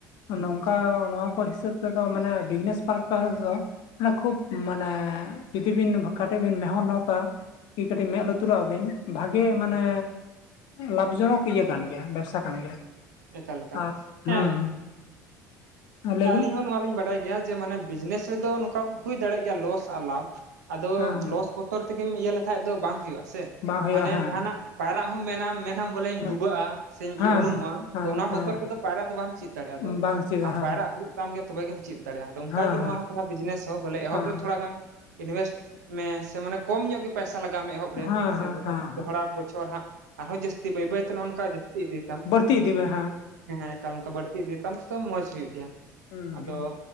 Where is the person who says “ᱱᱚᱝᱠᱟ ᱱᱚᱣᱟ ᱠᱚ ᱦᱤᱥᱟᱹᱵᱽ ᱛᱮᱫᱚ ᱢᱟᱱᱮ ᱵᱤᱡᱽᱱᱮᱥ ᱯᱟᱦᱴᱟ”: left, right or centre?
Left